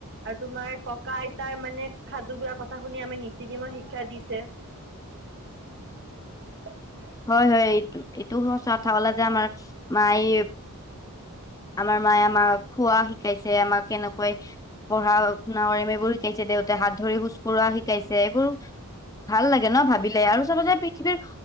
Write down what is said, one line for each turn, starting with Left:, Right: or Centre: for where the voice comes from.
Right: আৰু তোমাৰ ককা আইতাৰ মানে সাধুবোৰৰ কথা শুনি আমাৰ নীতি নিয়মৰ শিক্ষা দিছে। <unintelligible>
Left: হয়'-হয়', এইটো-এইটো সঁচা কথা কলা যে আমাৰ মায় আমাৰ মায়ে আমাক খোৱা শিকাইছে আমাক কেনেকৈ পঢ়া শুনা কৰিম এইবোৰ শিকাইছে। দেউতা হাত ধৰি খোজ কঢ়া শিকাইছে এইবোৰ ভাল লাগে ন ভাবিলে আৰু চবতে পৃথিৱীৰ